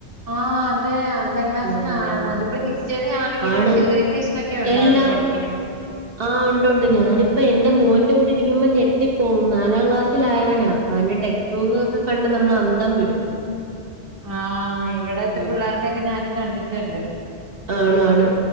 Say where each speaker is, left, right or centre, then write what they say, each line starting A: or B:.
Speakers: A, on the right; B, on the right.
A: ആഹ്‌ അതേ അഞ്ചാം ക്ലാസ്സിലാണ്
B: ആഹ്
A: അതിപ്പോ ഹിസ്റ്ററി ആണെങ്കിലും
B: ആണ്
A: സിവിലൈസേഷനൊക്കെ ഉണ്ടവർക്ക്
B: എല്ലാം
A: പഠിക്കാൻ
B: ആഹ് ഉണ്ടുണ്ട് ഞാനിപ്പ എന്റെ മോന്റെ കൂടി ഇരിക്കുമ്പോ ഞെട്ടിപ്പോവും നാലാം ക്ലാസ്സിലായവനാ അവന്റെ ടെക് സൂഖൊക്കെ കണ്ട് നമ്മളന്തം വിടും
A: ആഹ് ഇവിടത്തെ
B: ഉം
A: പിള്ളേരുടെ ഒക്കെ ഞാനും കണ്ടിട്ട്ണ്ട്
B: ആണാണ്.